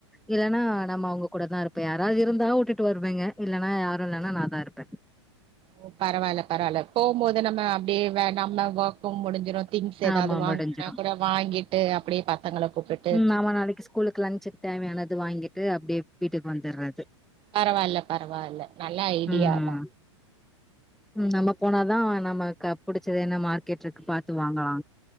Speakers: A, in the centre; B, on the right (about 35°).
A: இல்லன்னா நம்ம அவங்க கூட தா இருப்பே யாராவது இருந்தா விட்டுட்டு வருவேங்க இல்லன்னா யாரு இல்லன்னா நா தா இருப்பே
B: ஓ பெரவால்ல பெரவால்ல போ போது நம்ம அப்டியே வேகாம ஒர்க்கு முடிஞ்சிரு திங்ஸ் ஏதாவது
A: ஆமா
B: வாங்கணும்னா
A: முடிஞ்சிரும்.
B: கூட வாங்கிட்டு அப்டியே பங்கள கூப்டிட்டு
A: ம் ஆமா நாளைக்கு ஸ்கூலுக்கு லஞ்சுக்கு தேவையானது வாங்கிட்டு அப்டியே வீட்டுக்கு வந்துடுறது
B: பெரவால்ல பெரவால்ல நல்ல ஐடியாதா
A: ம் <inaudible> ம் நம்ம போனாதா நமக்கு புடிச்சது என்ன மார்க்கெட் இருக்கு பாத்து வாங்கலா